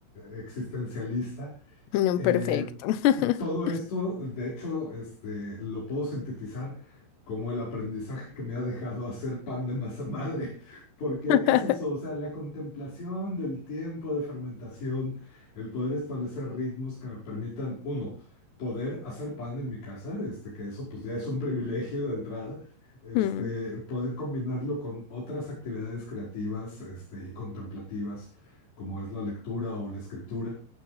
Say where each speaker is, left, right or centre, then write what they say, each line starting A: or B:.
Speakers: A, on the left; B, on the left.
A: eh, existencialista,
B: No,
A: eh,
B: perfecto. <laughs>
A: todo esto, de hecho, este, lo puedo sintetizar como el aprendizaje que me ha dejado hacer pan de masa madre, <laughs> porque es
B: <laughs>
A: eso, o sea, la contemplación del tiempo de fermentación, el poder establecer ritmos que me permitan, uno, poder hacer pan en mi casa, este, que eso pues ya es un privilegio de entrada, este,
B: Mm.
A: poder combinarlo con otras actividades creativas, este, y contemplativas, como es la lectura o la escritura